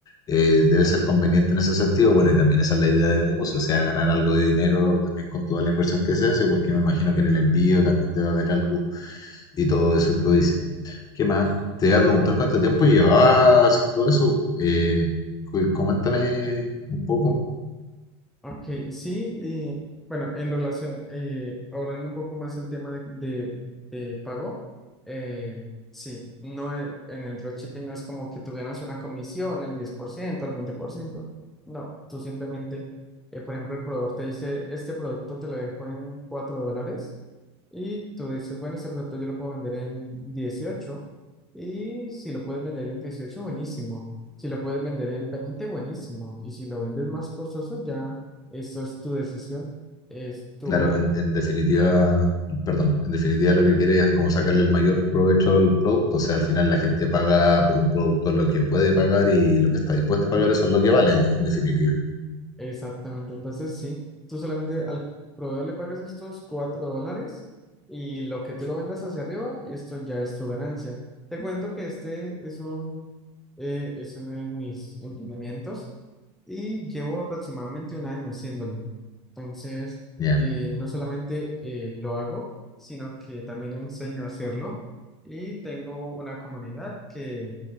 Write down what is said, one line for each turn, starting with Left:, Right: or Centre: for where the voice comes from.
Left: eh, debe ser conveniente en ese sentido. Bueno, y también esa es la idea del negocio, o sea, ganar algo de dinero también con toda la inversión que se hace, porque me imagino que en el envío también debe haber algo y todo eso que tú dices. ¿Qué más? Te voy a preguntar cuánto tiempo llevaba haciendo eso. Eh, cu- coméntame un poco.
Centre: Ok, sí, y bueno, en relación, eh, abordando un poco más el tema de, de- de pago, eh, sí, no e- en el dropshipping no es como que tú ganas una comisión, el 10%, el 20%, no, tú simplemente, eh, por ejemplo, el proveedor te dice, este producto te lo dejo en 4 dólares, y tú dices, bueno, ese producto yo lo puedo vender en dieciocho Y si lo puedes vender en dieciocho buenísimo. Si lo puedes vender en veinte buenísimo. Y si lo vendes más costoso, ya eso es tu decisión. Es tu
Left: Claro,
Centre: al...
Left: en, en definitiva, perdón, en definitiva lo que quieres es como sacarle el mayor provecho al producto. O sea, al final la gente paga por un producto lo que puede pagar y lo que está dispuesta a pagar, eso es lo que vale, en definitiva.
Centre: Exactamente. Entonces, sí, tú solamente al proveedor le pagas estos cuatro dólares y lo que tú lo vendas hacia arriba, esto ya es tu ganancia. Te cuento que este es un, eh, es uno de mis emprendimientos. y llevo aproximadamente un año haciéndolo. Entonces,
Left: Ya.
Centre: eh, no solamente eh, lo hago, sino que también enseño a hacerlo y tengo una comunidad que,